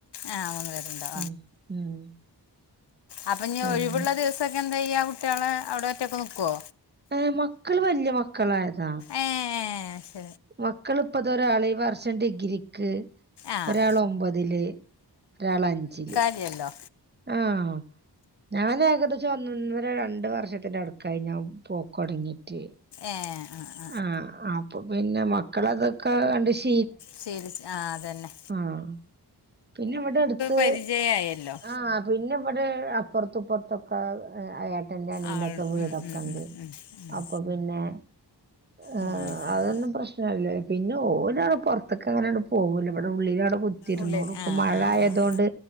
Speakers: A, on the left; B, on the right.
A: ആഹ് മൂന്ന് പേര്ണ്ടോ
B: ഉം ഉം
A: അപ്പൊഞ്
B: അങ്ങനെ
A: ഒഴിവ്ള്ള ദിവസൊക്കെ എന്തായ്യാ കുട്ട്യളെ അവടെ ഒറ്റക്ക് നിക്കൊ
B: ഏഹ് മക്കള് വല്യ മക്കളായത
A: ഏഹ് ശ
B: മക്കള്പ്പൊ ഇതൊരാള് ഈ വർഷം ഡിഗ്രിക്ക്
A: ആഹ്
B: ഒരാള് ഒമ്പതില് ഒരാള് അഞ്ചില്
A: ഇല്ലല്ലൊ
B: ആഹ് ഞാന് ഏകദേശം ഒന്നൊന്നര രണ്ട് വർഷ ൻ്റ അടുക്കായി ഞാൻ പോക്കൊടങ്ങീട്ട്ക്കടപപ്പട്ടതതൈഐ
A: ഏഹ് ആഹ്
B: ആഹ് അപ്പൊ പിന്നെ മക്കളെ ഇതൊക്കെ കണ്ട് ശീ
A: ശീലിച് ആഹ് അതെന്നെ
B: ആഹ് പിന്നെവടെ അട്ത്ത്.
A: പരിചയായല്ലോ
B: ആഹ് പിന്നെ ഇവടെ അപ്പർത്തു ഇപ്പർത്തൊക്കെ അയ ഏട്ടന്റെ അനിയന്റെ
A: ആൾ
B: വീടൊക്കെണ്ട്
A: ഉം ഉം ഉം ഉം
B: അപ്പൊ പിന്നെ ആഹ്
A: ഉം ശരി
B: അതൊന്നും പ്രശ് ല്ലെ പിന്നെ ഓല് പൊറത്ത്ക്കങ്ങനട് പോവൂല ഇവടെ ഉള്ളിലവടെ കുത്തിരുന്നോളും
A: ഉള്ളിൽ
B: ഇപ്പ
A: ആഹ്
B: മഴയാതോണ്ട്
A: ആഹ് ആഹ്